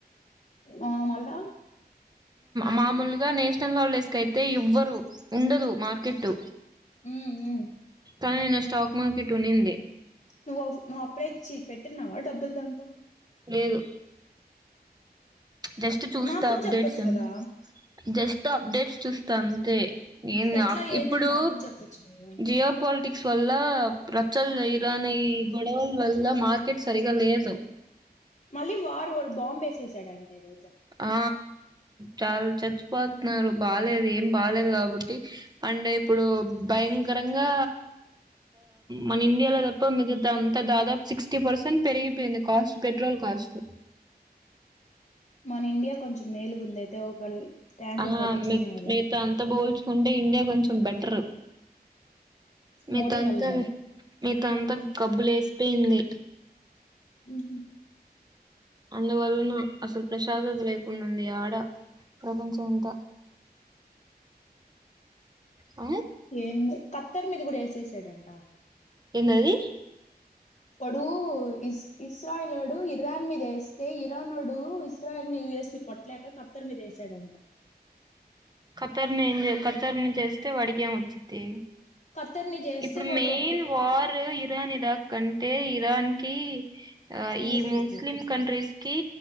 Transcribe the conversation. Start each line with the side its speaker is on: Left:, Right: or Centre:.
Left: ఆ మళ్ళ
Right: మామూలుగా నేషనల్ హాలిడేస్ కయితే ఎవ్వరు ఉండదు మార్కెట్.
Left: ఉ ఉ
Right: కాని నేను స్టాక్ మార్కెట్ ఉనింది.
Left: నువ్వు నువ్వుప్పుడే ఇచ్చి పెట్టిన్నావా డబ్బులు దాంతో.
Right: లేదు జస్ట్ చూస్తా
Left: మాకు కూడా
Right: అప్డేట్స్
Left: చెప్పొచ్చు
Right: ఏమన్నా
Left: కదా
Right: జస్ట్ అప్డేట్స్ చూస్తా అంతే. నను
Left: ఎట్లా ఏందని
Right: ఇప్పుడు
Left: మాకు కూడా చెప్పొచ్చు కదా
Right: జియో పాలిటిక్స్ వల్ల రచ్చలు జరి ధానీ ఈ గొడవల వల్ల మార్కెట్ సరిగా లేదు.
Left: మళ్ళీ వారు బాంబ వేససాడంటే రోజు
Right: ఆ చాలా చచ్చిపోతున్నారు. బాలేదు ఏం బాలేదు. కాబట్టి అంటే ఇప్పుడు భయంకరంగా మన ఇండియాలో తప్ప మిగతా అంతా దాదాపు సిక్స్టీ పర్సెంట్ పెరిగిపోయింది. Cost petrol cost.
Left: మన ఇండియా కొంచెం మేలుగుంద అయితే ఒక ట్యాంకు
Right: ఆ
Left: పట్టించుకునే
Right: మీ
Left: వాళ్ళ
Right: మీతో అంత పోల్చుకుంటే ఇండియా కొంచెం బెటర్. మీ
Left: మోడీ
Right: తంత
Left: వల్లేమో
Right: మీ త్తంత గబ్బులేసిపోయింది.
Left: మ్ మ్
Right: అందువల్లన అసల్ ప్రశాంతద లేద్ నుంది ఆడ ప్రపంచమంతా. ఆ
Left: ఏందో ఖత్తర్ మీద కుడా ఏసేసాడంట.
Right: ఎందది
Left: అప్పుడు ఇస్ ఇస్రాయలోడు ఇరాన్ మీద ఏస్తే, ఇరానోడు ఇస్రాయల్ యుఎస్ ని కొట్టలేక ఖత్తర్ మీద ఏసాడంట.
Right: కఖత్తరినిం కత్తరినుంచేస్తే వాడికేం ఒచ్చిద్ది.
Left: ఖత్తర్ ని చేస్తే
Right: ఇప్పుడు
Left: వాడు
Right: మేయిన్
Left: అప్పుడు
Right: వార్ ఇరానిదా. కంటే ఇరాన్ కీ అ
Left: యుఎస్
Right: ఈ ముస్లీం
Left: కి
Right: కంట్రీస్కి